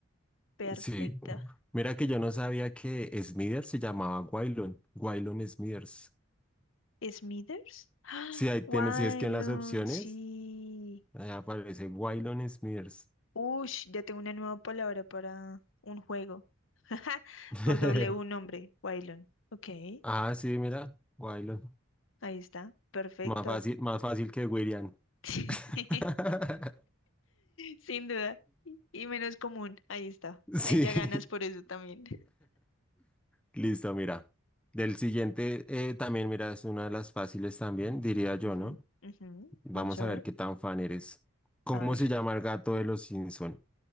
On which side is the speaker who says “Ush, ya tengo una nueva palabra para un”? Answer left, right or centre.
Left